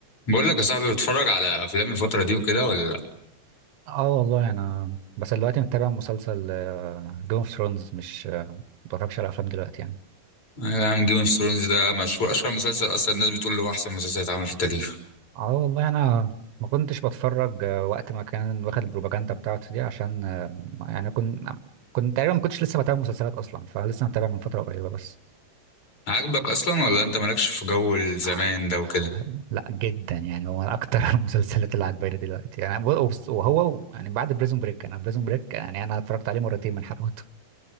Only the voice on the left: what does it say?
بقول لك يا صاحبي بتتفرج على افلام الفتره دي وكده ولا لا
يا عم جيم اوف ثرونز ده مشهور اشهر مسلسل اصلا الناس بتقول له احسن مسلسل اتعمل في التاريخ
عاجبك اصلا ولا انت مالكش في جو الزمان
ده وكده